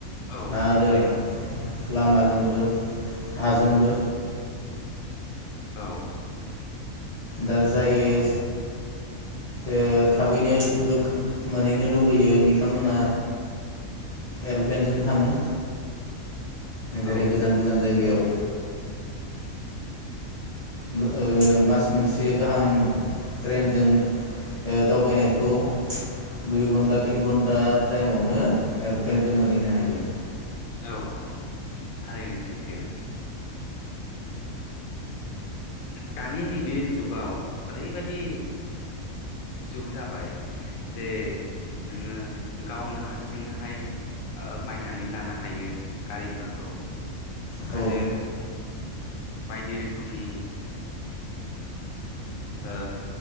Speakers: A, on the left (about 75°); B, on the left (about 55°).
A: औ
B: आरो
A: थारैनो।
B: लामाजोंबो हाजोंबो।
A: औ।
B: दा जायो ओ थाबैनो गो मोनहैनो लुबैयो बिथांमोना एरप्लेनजों थाङो। जेरै
A: औ
B: गोजान गोजान जायगायाव। ओ मास मोनसे गाहाम ट्रेनजों ओ दावबायनायखौ दुइ घन्टा तिन घन्टा टाइमावनो एरप्लेनजों मोनहैनो हायो।
A: औ औ थारैनो सैथो। दानि नैबे जुगाव ओरै बायदि जुग जाबाय जे नोङो गावनो हारसिंहाय ओ बायनानै लानो हायो गारिफोरखौ
B: औ
A: आरो बायदि रोखोमनि ओ